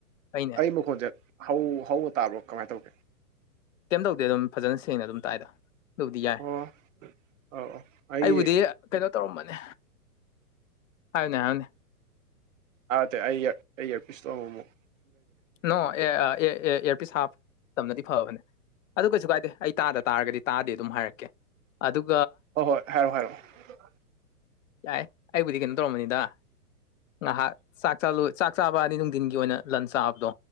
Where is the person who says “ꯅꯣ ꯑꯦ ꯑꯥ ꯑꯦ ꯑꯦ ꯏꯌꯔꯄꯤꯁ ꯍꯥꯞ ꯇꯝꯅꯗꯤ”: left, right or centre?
Left